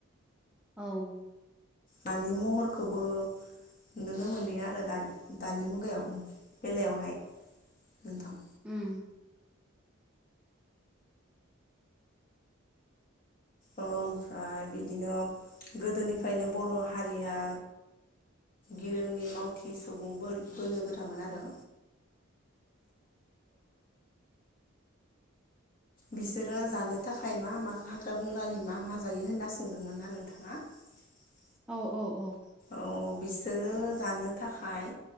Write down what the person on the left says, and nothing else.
नानि महरखौबो नुनो मोनलिया आरो दानि मुगायाव बेलायावहाय नोंथां।
ओमफ्राय बिदिनो गोदोनिफ्रायनो बर' हारिया गिरोङि मावथि सुबुं बोर बोलो गोरामोन आरो अ बिसोरो जानो थाखाय मा मा हाग्रा बंग्रानि मा मा जायो होनना सोंदोंमोन ना नोंथाङा? <unintelligible>
औ बिसोरो जानो थाखाय